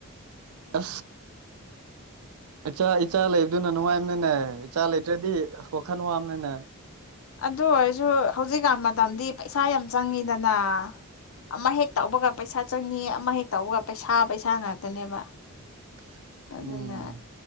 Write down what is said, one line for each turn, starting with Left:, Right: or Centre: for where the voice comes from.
Left: ꯑꯗꯨꯅ
Right: ꯑ ꯑꯆꯥ ꯏꯆꯥ ꯂꯩꯕꯗꯨꯅ ꯅꯨꯡꯉꯥꯏꯕꯅꯤꯅꯦ ꯏꯆꯥ ꯂꯩꯇ꯭ꯔꯗꯤ ꯋꯥꯈꯜ ꯋꯥꯕꯅꯤꯅꯦ꯫
Left: ꯑꯗꯨ ꯑꯣꯏꯔꯁꯨ ꯍꯧꯖꯤꯛꯀꯥꯟ ꯃꯇꯝꯗꯤ ꯄꯩꯁꯥ ꯌꯥꯝ ꯆꯪꯉꯤꯗꯅ ꯑꯃ ꯍꯦꯛ ꯇꯧꯕꯒ ꯄꯩꯁꯥ ꯆꯪꯉ ꯑꯃ ꯍꯦꯛ ꯇꯧꯕꯒ ꯄꯩꯁꯥ ꯄꯩꯁꯥ ꯉꯥꯛꯇꯅꯦꯕ
Right: <inaudible>
Left: ꯑꯗꯨꯅ
Right: ꯎꯝ